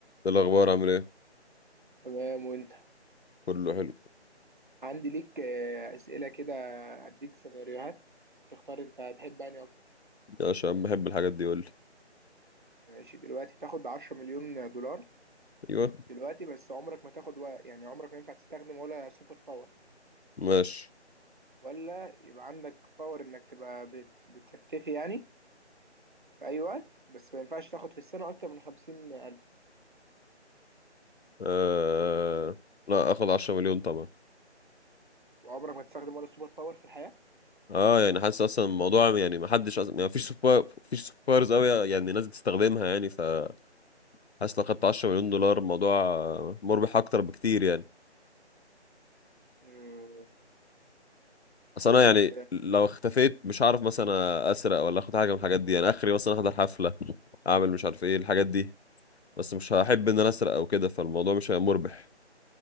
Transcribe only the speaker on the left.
إيه الأخبار عامل ايه؟
كله حلو
عشان بحب الحاجات دي قولي
أيوه
ماشي
آه... لا أخد عشرة مليون طبعا
اه يعني حاسس اصلا الموضوع يعني ما حدش أصلا يعني مفيش سوبر مفيش سوبرز قوي يعني الناس بتستخدمها يعني فحاسس لو خدت 10 مليون دولار الموضوع آه، مربح اكتر بكتير يعني
اصل
انا
يعني
لو اختفيت مش هعرف مثلا اسرق ولا اخد حاجه من الحاجات دي يعني اخري مثلا احضر حفله اعمل مش عارف ايه الحاجات دي بس مش هحب ان انا اسرق او كده فالموضوع مش هيبقى مربح